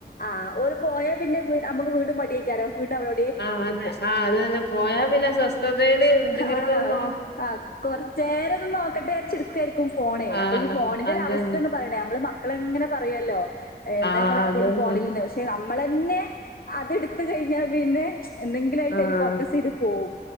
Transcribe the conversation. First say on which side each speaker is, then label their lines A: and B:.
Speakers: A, on the left; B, on the left.
A: ആഹ് ഓല് പോയാ പിന്നെ നമ്മക്ക് വീണ്ടും മടി എയ്ക്കാരം വീട്ട <unintelligible>
B: ആഹ് അത് ആഹ് അത് തന്നെ പോയാ പിന്നെ സ്വസ്ഥതേല് എന്തെങ്കിലൊക്കെ
A: ആഹ
B: നോ
A: അന കൊറച്ചേരത് നോക്കട്ടെ വിചാര്ച്ച് ഇട്ക്കെര്ക്കും ഫോണ്
B: ആഹ്
A: അപ്പം ഈ ഫോണിന്റെ
B: അതന്നെ
A: ഒരവസ്ഥെന്ന് പറിണെ നമ്മള് മക്കളെ ഇങ്ങനെ പറയല്ലൊ എന്ത
B: ആഹ്
A: ഇങ്ങളെപ്പളും
B: അതന്നെ
A: ഫോണിൽന്ന് പക്ഷെ നമ്മളെന്നെ അത് ഇട്ത്ത് കഴിഞ്ഞാ പിന്നെ എന്തെങ്കിലായിട്ട്
B: ആഹ്
A: അയില് ഫോക്കസീത് പോവും